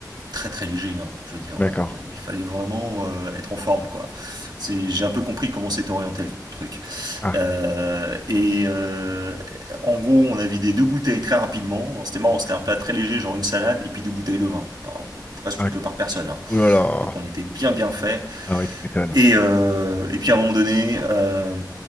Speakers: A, on the right; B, on the left.
A: très très léger. hein. Je veux dire,
B: d'accord.
A: euh, il fallait vraiment euh, être en forme, quoi. C'est- J'ai un peu compris comment s'est orienté le truc.
B: Ah,
A: Euh, et euh, en gros, on a vidé deux bouteilles très rapidement. Alors, C'était marrant, c'était un plat très léger, genre une salade, et puis deux bouteilles de vin. Enfin, presque
B: ah,
A: par personne. hein.
B: oh là là.
A: Donc on était bien bien fait.
B: Ah oui, tu m'étonnes.
A: Et, euh, et puis à un moment donné, euh,